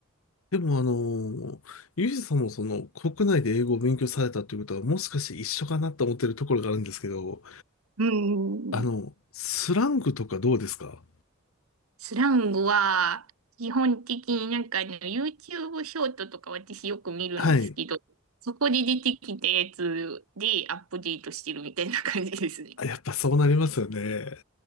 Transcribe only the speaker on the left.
でも、あの、ユージさんもその国内で英語を勉強されたということは、もしかして一緒かなと思ってるところがあるんですけど、
あの、スラングとかどうですか
はい。
あやっぱそうなりますよね。